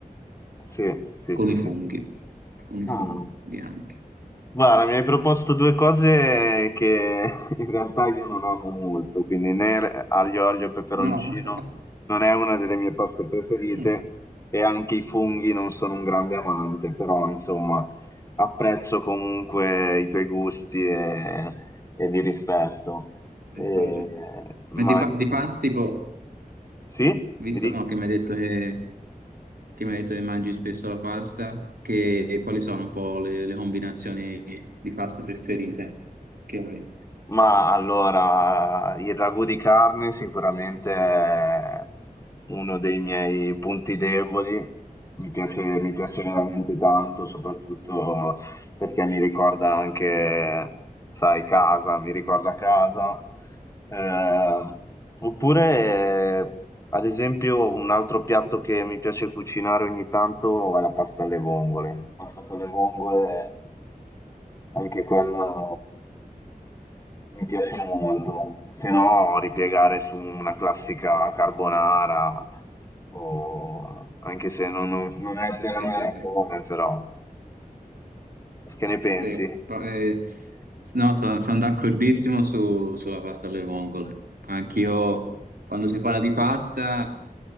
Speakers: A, on the left; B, on the right.
A: Sì, sì,
B: con
A: sì,
B: i
A: sì.
B: funghi, con i
A: Ah.
B: funghi anche.
A: Guarda, mi hai proposto 2 cose che <laughs> in realtà io non amo molto, quindi né l aglio, olio e peperoncino
B: No, <laughs>
A: non è una delle mie paste preferite
B: mm,
A: e anche i funghi non sono un grande amante, però insomma apprezzo comunque i tuoi gusti e, e li rispetto. E-
B: ci sto, ci sto.
A: ma
B: Ma di, pa- di pasti, tipo,
A: sì?
B: visto
A: Mi dici?
B: no, che mi hai detto che, che mi hai detto che mangi spesso la pasta, che, quali sono un po' le, le combinazioni di pasta preferite che hai?
A: Ma allora, il ragù di carne sicuramente è uno dei miei punti deboli, mi piace, mi piace veramente tanto, soprattutto perché mi ricorda anche, sai, casa, mi ricorda casa. Eh, oppure, eh, ad esempio, un altro piatto che mi piace cucinare ogni tanto è la pasta alle vongole. Pasta con le vongole, anche quella mi piace molto. Se no, ripiegare su una classica carbonara, o- anche se non, non- non è della
B: Sì,
A: mia
B: sì,
A: regione,
B: sì.
A: però. Che ne pensi?
B: Sì, pro- eh, s- no, sono, sono d'accordissimo su- sulla pasta alle vongole. Anch'io, quando si parla di pasta,